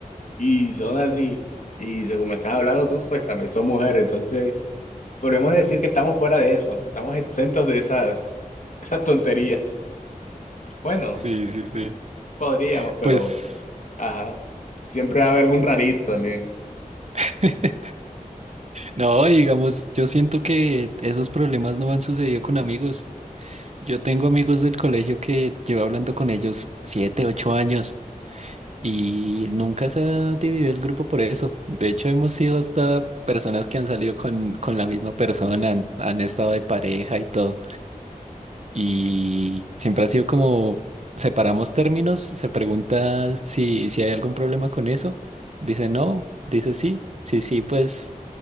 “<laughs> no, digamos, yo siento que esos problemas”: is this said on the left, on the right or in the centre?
Right